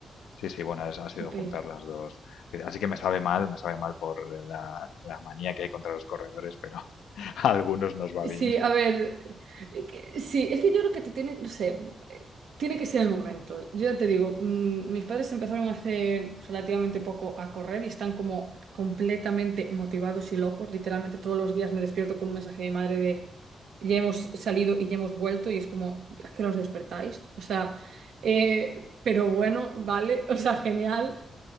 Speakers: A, on the left; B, on the right.
A: sí, sí, bueno, es- ha sido
B: Jope.
A: juntar las dos. Así que me sabe mal, me sabe mal por la, la manía que hay contra los corredores, pero <laughs> a algunos nos va
B: Sí,
A: bien.
B: a ver, eh, que- sí, es que yo creo que te tiene, no sé, eh, tiene que ser el momento. Yo ya te digo, mm, mis padres empezaron hace relativamente poco a correr y están como completamente motivados y locos. Literalmente todos los días me despierto con un mensaje de mi madre de ya hemos salido y ya hemos vuelto y es como, ¿a qué hora os despertáis? O sea, eh, pero bueno, vale, <laughs> o sea, genial.